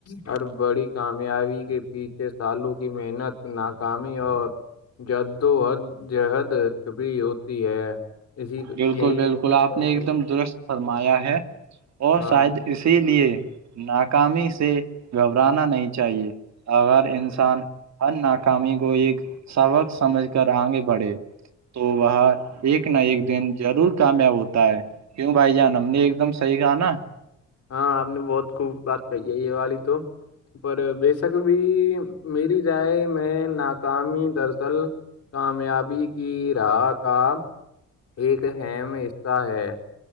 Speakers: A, on the left; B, on the right.
A: ہ بڑی کامیابی کے پیچھے سالوں کی محنت ناکامی اور جد وہد جہد کبھی ہوتی ہے اسی
B: بالکل
A: یہی
B: بالکل
A: ہے بس
B: آپ
A: اور
B: نے
A: بھائی
B: ایک دم
A: جان
B: درست فرمایا ہے <inaudible> اور
A: ہاں
B: شاید اسی لیے ناکامی سے گھبرانا نہیں چاہیے اگر انسان ہر ناکامی کو ایک سبق سمجھ کر آگے بڑھے تو وہ ایک نہ ایک دن ضرور کامیاب ہوتا ہے کیوں بھائی جان ہم نے ایک دم صحیح کہا نا
A: ہاں آپ نے بہت خوب بات کہی ہے یہ والی تو پر بےشک بھی میری رائے میں ناکامی درصل کامیابی کی رح کاام ایک ہےم میں حصہ ہے